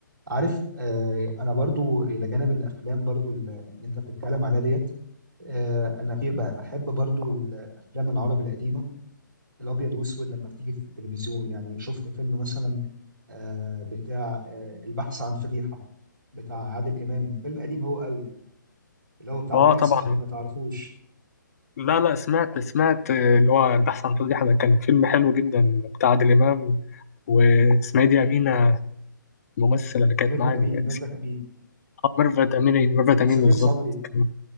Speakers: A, on the right; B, on the left.
A: عارف آه أنا برضو إلى جانب الأفلام برضو اللي اللي أنت بتتكلم عليها ديت آه أنا في ب- بحب برضو الأفلام العربي القديمة الأبيض وأسود لما بتيجي في التلفزيون يعني شفت فيلم مثلا آه بتاع آه البحث عن فضيحة بتاع عادل إمام فيلم قديم هو قوي اللي هو بتاع
B: اه
A: واحد
B: طبعا
A: صاحبي ما تعرفوش
B: لا لا سمعت سمعت آه، اللي هو البحث عن ترجيح ده كان فيلم حلو جدا بتاع عادل امام واسمها إيه دي امينه الممثله اللي كانت
A: آه، ميرفت
B: معايا
A: أمين
B: دي كانت
A: ميرفت
B: اسمها-
A: أمين
B: آه، ميرفت امين ميرفت
A: وسمير
B: امين بالظبط
A: صبري
B: كان-